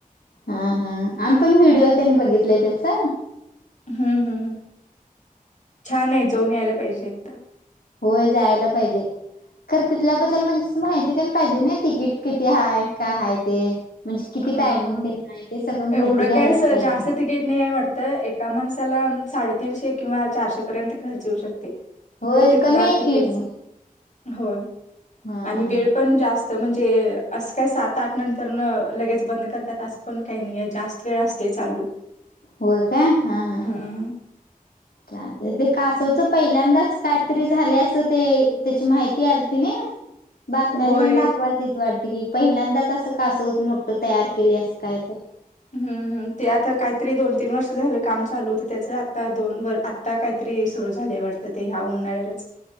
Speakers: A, on the left; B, on the left.
A: हा हा आम पण व्हिडिओ तेन बघितलंय त्याचा.
B: हम्म हम्म हम्म छान आहे जाऊन यायला पाहिजे एकदा.
A: होय जायला पाहिजे. खर तिथल्याबद्दल म्हणजेच माहिती तेन पाहिजे नाही तिकीट किती हाय काय हाय ते. म्हणजे किती
B: हा
A: टायमिंग
B: हा
A: तेन हाय ते सगळं
B: एवढं
A: माहिती घ्यायला
B: काय असं
A: पाहिजे.
B: जास्त तिकीट नाही आहे वाटत एका माणसाला साडेतीनशे किंवा चारशे पर्यंत खर्च येऊ शकतोय. फक्त
A: होय
B: तिथल्या
A: कमी आहे
B: तिकीटच.
A: की मग
B: होय
A: हा
B: आणि वेळ पण जास्त म्हणजे असं काय सात आठ नंतर न. लगेच बंद करत्यात असं पण काही नाही आहे जास्त वेळ असते चालू.
A: होय काय हा हा
B: हम्म हम्म
A: चालतय ते कासवच पहिल्यांदाच काय तरी झाले अस ते त्याची माहिती आलती नाही. बातम्याला
B: होय
A: तेन दाखवाल तिथ वाटं कि पहिल्यांदाच असं कासव होत मोठठं तयार केले असं काय तर
B: हुँहुँ ते आता काहीतरी दोन तीन वर्ष झालं काम चालूत त्याच आता दोन व आता काहीतरी रे सुरु झाले वाटत ते ह्या उन्हाळ्यालाच